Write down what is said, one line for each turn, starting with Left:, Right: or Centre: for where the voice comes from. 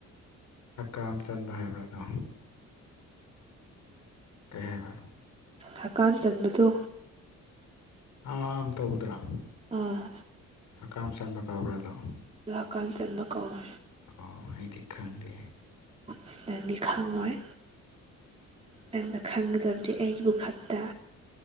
Left: ꯍꯛꯀꯥꯝ ꯆꯟꯕ ꯍꯥꯏꯕ꯭ꯔꯥ ꯑꯗꯣ꯫ ꯀꯩ ꯍꯥꯏꯕ꯫
Right: ꯍꯀꯥꯝ ꯆꯟꯕꯗꯣ꯫
Left: ꯑꯝ ꯇꯧꯕꯗꯨꯔꯥ꯫
Right: ꯑꯥ꯫
Left: ꯍꯀꯥꯝ ꯆꯟꯕ ꯀꯧꯕ꯭ꯔꯥꯗꯣ꯫
Right: ꯗꯨ ꯍꯀꯥꯝ ꯆꯟꯕ ꯀꯧꯑꯦ꯫
Left: ꯑꯣ ꯑꯩꯗꯤ ꯈꯪꯗꯦ꯫
Right: ꯁꯤ ꯅꯪꯗꯤ ꯈꯪꯉꯣꯏ ꯅꯪꯅ ꯈꯪꯒꯗꯕꯗꯤ ꯑꯩꯕꯨ ꯈꯛꯇ꯫